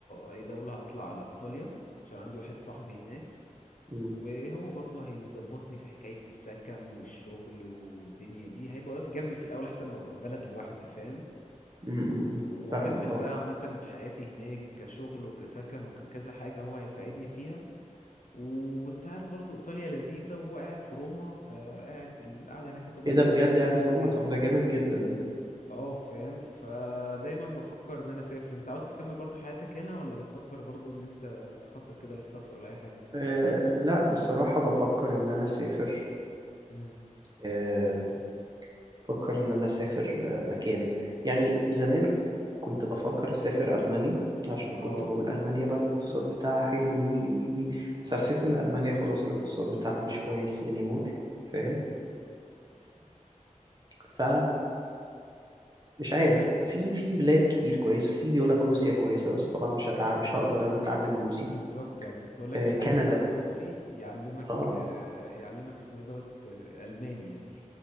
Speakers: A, on the left (about 80°); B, on the right (about 30°).
A: أي دولة هطلع على إيطاليا عشان عندي واحد صاحبي هناك
B: م-
A: وهو برضو هيظبطني في حكاية السكن والشغل والدنيا دي هيبقى واقف جنبي في الأول أحسن ما أبقى في بلد لوحدي فاهم
B: م- م- م.
A: وأكمل
B: فاهمك اه
A: بقى عامة حياتي هناك كشغل وكسكن وككذا حاجة هو هيساعدني فيها وانت عارف برضو ايطاليا لذيذه وهو قاعد في روما فقاعد القعده هناك هتبقى
B: ايه
A: لذيذه
B: ده بجد
A: جدا
B: قاعد في
A: وجميله
B: روما طب ده جامد جدا ده
A: اه فاهم فدايما بفكر ان انا اسافر انت عاوز تكمل برضو حياتك هنا ولا بتفكر برضو ان انت بتخطط كده للسفر ولا اي حاجه
B: أه لا بصراحة بفكر ان انا اسافر
A: امم
B: أه بفكر ان انا اسافر آه، مكان يعني زمان كنت بفكر اسافر المانيا عشان
A: اه
B: كنت بقول المانيا بقى الاقتصاد بتاعها حلو وي وي وي بس
A: ايوه
B: حسيت
A: فاهم
B: ان المانيا خلاص الاقتصاد بتاعها مش كويس anymore فاهم
A: مم.
B: <clears throat> ف مش عارف في في بلاد كتير كويسة في بيقول لك روسيا كويسة بس طبعا مش هتع... مش هقدر انا اتعلم روسي
A: بالظبط يعني كنت اقول لك
B: آه
A: اللي يعلمك
B: كندا
A: روسي يعلمك
B: اه
A: آه، يعلمك اسمه ايه دوت آه، الماني يعني